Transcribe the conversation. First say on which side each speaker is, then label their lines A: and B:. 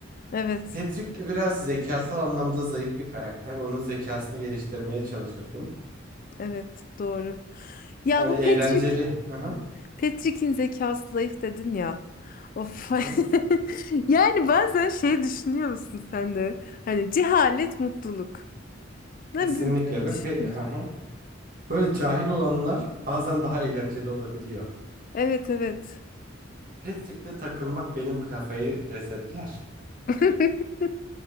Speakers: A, on the left (about 45°); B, on the right (about 45°).
A: evet.
B: Patrick de biraz zekasal anlamda zayıf bir karakter. Onun zekasını geliştirmeye çalışırdım.
A: Evet, doğru. Ya
B: Yani
A: bu
B: eğlenceli.
A: Patrick
B: Hı hı.
A: Patrick'in zekası zayıf dedin ya. Of. <laughs>
B: Hı hı.
A: Yani bazen şey düşünüyor musun sen de? Hani cehalet mutluluk. Ne
B: Kesinlikle
A: bileyim, böyle
B: ve
A: düşünüyor
B: pe-
A: musun?
B: hı hı. Böyle cahil olanlar bazen daha eğlenceli olabiliyor.
A: Evet evet.
B: Patrick'te takılmak benim kafayı resetler.
A: <laughs>